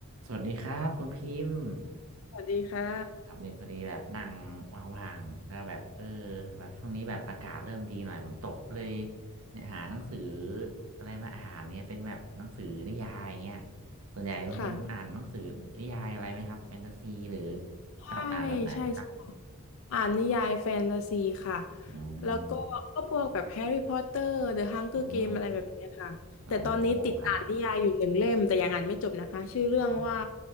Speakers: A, on the right (about 70°); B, on the left (about 65°).
A: สวัสดีครับคุณพิมพ์
B: สวัสดีค่ะ
A: ครับเนี่ยพอดีแบบนั่งว่างๆก็แบบเออแบบช่วงนี้แบบอากาศเริ่มดีหน่อยฝนตกเลยเนี่ยหาหนังสืออะไรมาอ่านเนี่ยเป็นแบบหนังสือนิยายเงี้ยส่วนใหญ่คุณพิมพ์อ่านหนังสือนิยายอะไรไหมครับแฟนตาซีหรือ
B: ค่ะใช่
A: ชอบอ่านแบบไหนไหมครับ
B: ใช่ใช่ อ่านนิยายแฟนตาซีค่ะ
A: อื
B: แล้วก็ก็พวกแบบแฮร์รี่พอตเตอร์เดอะฮังเกอร์เกมอะไรแบบนี้ค่ะ
A: มอืมโอ้
B: แต่ตอนนี้ติดอ่านนิยายอยู่หนึ่งเล่มแต่ยังอ่านไม่จบนะคะชื่อเรื่องว่า
A: ครับอ๋อ